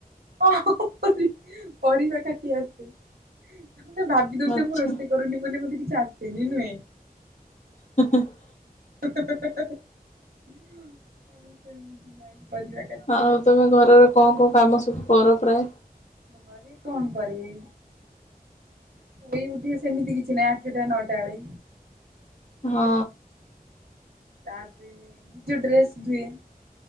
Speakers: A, on the right; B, on the left.
A: ହ ହ ହ ପରିବାକାଟି ଆସେ। ତମେ ଭାବିଦଉଚ
B: ଆଚ୍ଛା
A: ମୁଁ ରୋଷେଇ କରୁନି ବୋଲି ମତେ କିଛି ଆସେନି ନୁହେଁ।
B: <unintelligible>
A: ଆଉ ସେମିତି ନାଇଁ ପରିବା କାଟି
B: ଆଉ
A: ଆସେ।
B: ତମେ ଘରର କଣ କଣ କାମ ସବୁ କର ପ୍ରାଏ?
A: ଘରେ କଣ କରିବି। ସୋଇକି ଉଠିବେ ସେମିତି କିଛି ନାହିଁ ଆଠଟା ନଅଟା ବେଳେ
B: ହଁ।
A: ତାପରେ ନିଜ ଡ୍ରେସ୍ ଧୁଏ